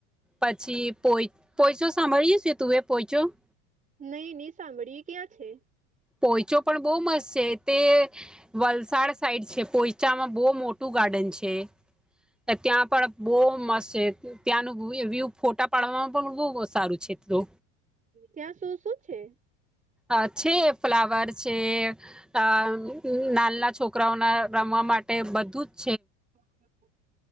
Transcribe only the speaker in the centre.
પછી પોય પોયચો સાંભળી સે તુએ પોઈચો
પોઈચો પણ બહુ મસ્ત છે તે વલસાડ સાઈડ છે પોય ચામાં બો મોટું ગાર્ડન છે ત્યાં પણ બો મસ્ત છે. ત્યાંનું વ્યુ ફોટા પાડવામાં પણ બહુ સારું છે. તો
અ છે ફ્લાવર છે. અ નાના છોકરાઓના રમવા માટે બધું જ